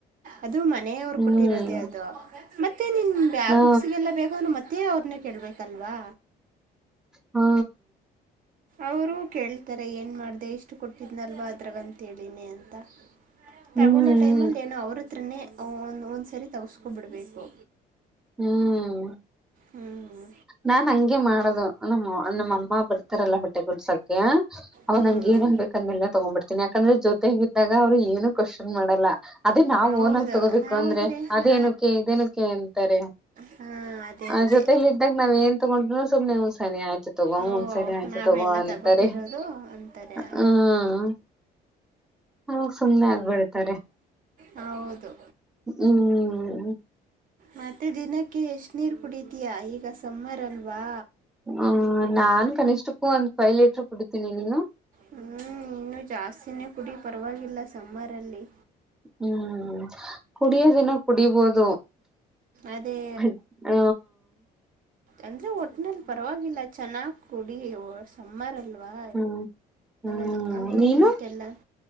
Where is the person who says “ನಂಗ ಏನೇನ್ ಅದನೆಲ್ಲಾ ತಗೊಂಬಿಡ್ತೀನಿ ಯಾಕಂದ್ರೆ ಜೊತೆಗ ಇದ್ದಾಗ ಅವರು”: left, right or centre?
Centre